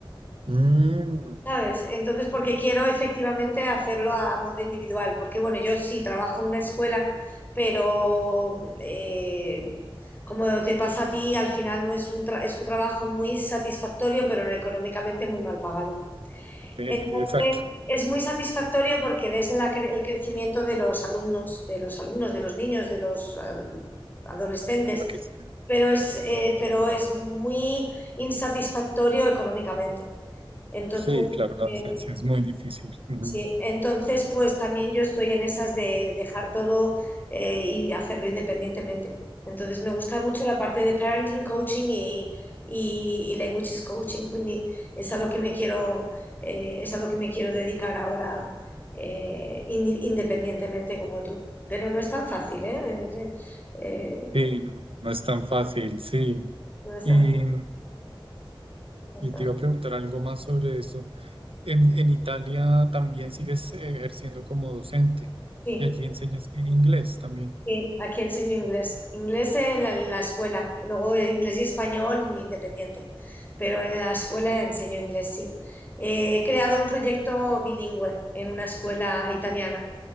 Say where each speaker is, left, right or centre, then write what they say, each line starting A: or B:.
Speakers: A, on the right; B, on the left.
A: Mm,
B: ¿sabes? Entonces, porque quiero efectivamente hacerlo a modo individual, porque bueno, yo sí trabajo en una escuela, pero eh, como te pasa a ti, al final no es un tra- es un trabajo muy satisfactorio, pero económicamente muy mal pagado.
A: eh,
B: Entonces,
A: exacto.
B: es muy satisfactorio porque ves la cre- el crecimiento de los alumnos, de los alumnos, de los niños, de los eh, adolescentes
A: lo que es-
B: pero es, eh, pero es muy insatisfactorio económicamente. Entonces,
A: Sí, claro, la
B: eh,
A: docencia es muy difícil. Ujú.
B: sí, entonces, pues también yo estoy en esas de dejar todo eh, y hacerlo independientemente. Entonces, me gusta mucho la parte de parenting coaching y, y, y languages coaching. Quindi es a lo que me quiero, eh, es a lo que me quiero dedicar ahora eh, indi- independientemente como tú. Pero no es tan fácil, ¿eh? Es, eh, eh,
A: Sí, no es tan fácil, sí.
B: no es
A: Y,
B: tan, no es
A: Y
B: tan
A: te
B: fácil.
A: iba a preguntar algo más sobre eso. En, en Italia también sigues eh, ejerciendo como docente
B: Sí.
A: y allí enseñas que inglés también.
B: Sí, aquí enseño inglés. Inglés en la, en la escuela, y luego eh, inglés y español independiente, pero en la escuela enseño inglés, sí. Eh, he creado un proyecto bilingüe en una escuela italiana,